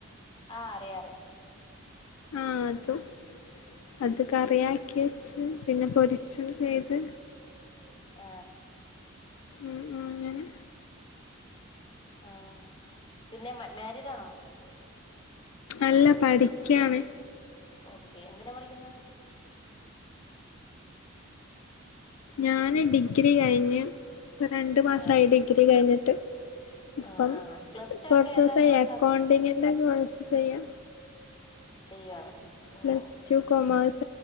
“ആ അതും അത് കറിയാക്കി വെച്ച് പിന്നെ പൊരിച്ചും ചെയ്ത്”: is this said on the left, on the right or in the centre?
Left